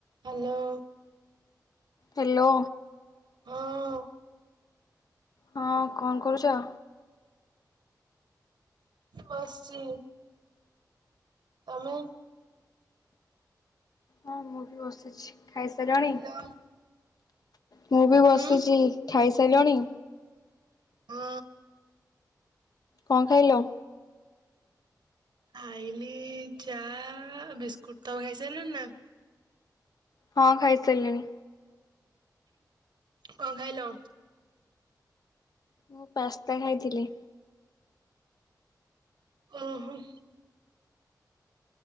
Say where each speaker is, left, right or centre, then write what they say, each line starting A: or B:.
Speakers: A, on the right; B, on the left.
A: Hello.
B: Hello.
A: ହଁ।
B: ହଁ କଣ କହୁଛ?
A: ବସିଛି। ତମେ?
B: ହଁ ମୁଁ ବି ବସିଛି ଖାଇସାରିଲାଣି?
A: ହ୍ୟାଲୋ
B: ମୁଁ ବି ବସିଛି
A: ହୁଁ
B: ଖାଇସାରିଲଣି?
A: ହୁଁ।
B: କଣ ଖାଇଲ?
A: ଖାଇଲି ଚା ବିସ୍କୁଟ ତମ ଖାଇସାରିଲଣିି ନା?
B: ହଁ ଖାଇସାରିଲଣି।
A: କଣ ଖାଇଲ?
B: ମୁଁ ପାସ୍ତା ଖାଇଥିଲି।
A: ଉ ହୁଁ।